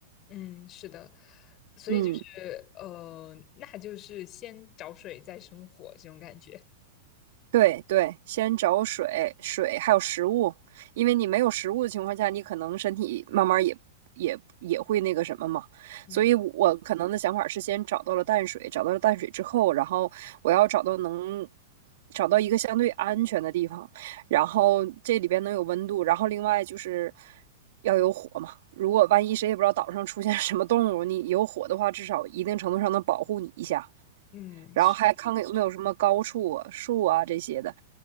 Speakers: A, on the left; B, on the right.
A: 嗯，是的，所以就是呃，
B: 嗯，
A: 那就是先找水再生火这种感觉。
B: 对对，先找水、水还有食物，因为你没有食物的情况下，你可能身体慢慢也也也会那个什么嘛。
A: 嗯，
B: 所以我可能的想法是，先找到了淡水，找到了淡水之后，然后我要找到能找到一个相对安全的地方，然后这里边能有温度，然后另外就是要有火嘛。如果万一谁也不知道岛上出现什么动物，你有火的话，至少一定程度上能保护你一下。
A: 嗯，
B: 然后还看看有没有什么高处啊、
A: 是，
B: 树啊这些的。